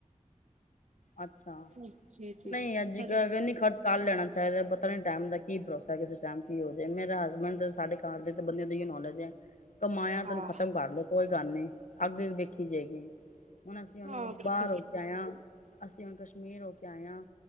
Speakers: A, on the left; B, on the right.
A: ਅੱਛਾ,
B: ਜੀ ਜੀ
A: ਨਹੀਂ ਅੱਜਨੀ
B: ਚਲੋ
A: ਖਰਚ। ਕੱਲ ਲੈਣਾ ਚਾਹੀਦਾ, ਪਤਾ ਨੀ ਟਾਈਮ ਦਾ ਕੀ ਭੋਸਾ। ਕਿਸੇ ਟਾਈਮ ਕੀ ਹੋ ਜਾਵੇ ਮੇਰਾ ਹਸਬੈਂਡ ਸਾਡੇ ਘਰ ਦੇ ਤੇ ਬੰਦਿਆਂ ਦੀ ਇਹ ਹੀ ਨੌਲੇਜ ਹੈ। ਕਮਾਇਆ ਤੈ
B: ਹਾਂ
A: ਓਹਨੂੰ ਖਤਮ ਕਰ ਲਓ, ਕੋਈ ਗੱਲ ਨਹੀਂ, ਅੱਗੇ ਦੇਖੀ ਜਾਏਗੀ। ਹੁਣ ਅਸੀਂ ਹੁਣੇ
B: ਹਾਂ ਬਿਲਕੁਲ
A: ਬਾਹਰ ਹੋ ਕੇ ਆਏ ਹਾਂ, ਅਸੀਂ ਹੁਣ ਕਸ਼ਮੀਰ ਹੋ ਕੇ ਆਏ ਹਾਂ।